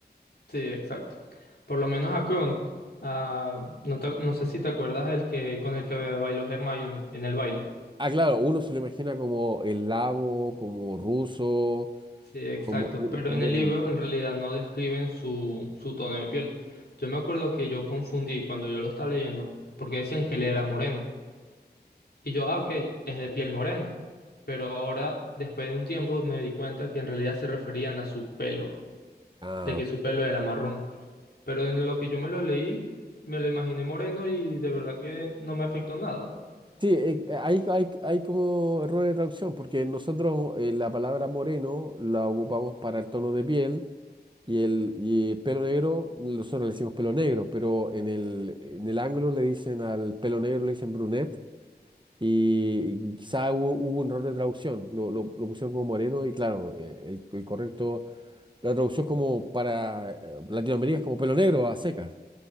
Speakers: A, on the left; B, on the right.
A: Sí, exacto. Por lo menos a Krunt. a- no, te- no sé si te acuerdas el que, con el que bailó Hermione en el baile.
B: Ah, claro, uno se lo imagina como eslavo, como ruso,
A: Sí, exacto.
B: como, ru-
A: Pero
B: como
A: en el
B: rum-
A: libro en realidad no describen su, su tono de piel. Yo me acuerdo que yo confundí cuando yo lo estaba leyendo, porque decían que él era moreno. Y yo, ah, ok, es de piel morena. Pero ahora, después de un tiempo, me di cuenta que en realidad se referían a su pelo,
B: Ah,
A: de que su pelo era marrón. Pero en lo que yo me lo leí, me lo imaginé moreno y de verdad que no me afectó nada.
B: sí, eh, eh, hay, hay, hay como error de traducción, porque nosotros eh, la palabra moreno la ocupamos para el tono de piel y el, y el pelo negro, nosotros le decimos pelo negro, pero en el, en el anglo le dicen al pelo negro, le dicen brunette y, y quizá hubo, hubo un error de traducción, lo, lo- lo pusieron como moreno y claro, eh, el, el correcto, la traducción como para eh, Latinoamérica es como pelo negro a secas.